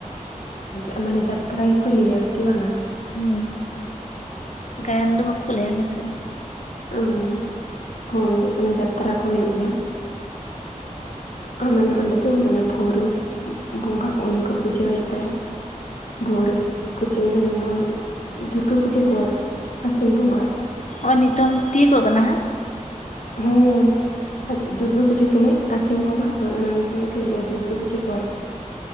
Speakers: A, on the left; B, on the left.
A: ᱚ ᱢᱟᱱᱮ ᱡᱟᱛᱨᱟ ᱜᱮᱠᱚ ᱞᱟᱹᱭᱟ ᱵᱝ ᱪᱮ ᱵᱟᱝᱟ?
B: ᱦᱩᱸ ᱜᱟᱭᱟᱱ ᱫᱚ ᱵᱟᱠᱚ ᱞᱟᱹᱭᱟ ᱟᱞᱮ ᱥᱮᱫ ᱫᱚ᱾
A: ᱚ ᱦᱚᱭ ᱚᱱᱟ ᱡᱟᱛᱨᱟ ᱠᱚ ᱦᱩᱭᱩᱜ ᱜᱮᱭᱟ᱾ ᱟᱨ ᱢᱟᱱᱮ ᱚᱸᱰᱮ ᱫᱚ ᱢᱟᱱᱮ ᱵᱷᱳᱨᱳ ᱵᱚᱸᱜᱟ ᱩᱱᱤ ᱠᱚ ᱯᱩᱡᱟᱹ ᱟᱭᱟ ᱛᱚ᱾ ᱵᱳᱨ ᱯᱩᱡᱟᱹ ᱢᱟᱱᱮ ᱱᱚᱜᱼᱚᱭ ᱫᱩᱨᱜᱟᱹ ᱯᱩᱡᱟᱹ ᱯᱚᱨ ᱟᱥᱤᱱ ᱵᱚᱸᱜᱟ᱾
B: ᱦᱚᱜᱼᱚᱭ ᱱᱤᱛᱚᱝ ᱛᱤ ᱠᱚᱜ ᱠᱟᱱᱟ ᱦᱟᱜ
A: ᱦᱩᱸ ᱫᱩᱨᱜᱟᱹ ᱯᱩᱡᱟᱹ ᱥᱚᱢᱚᱭ ᱟᱹᱥᱤᱱ ᱵᱚᱸᱜᱟ ᱦᱚᱭ ᱚᱱᱟ ᱩᱱ ᱥᱚᱢᱚᱭ ᱜᱮ ᱦᱩᱭᱩᱜᱼᱟ ᱫᱩᱨᱜᱟᱹ ᱯᱩᱡᱟᱹ ᱯᱚᱨ᱾